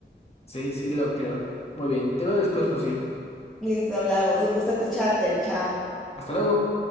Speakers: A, on the left; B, in the centre.
A: Sí, sí, lo creo. Muy bien, te veo después, Rocío.
B: Listo, hablamos, un gusto escucharte, chao.
A: Hasta luego.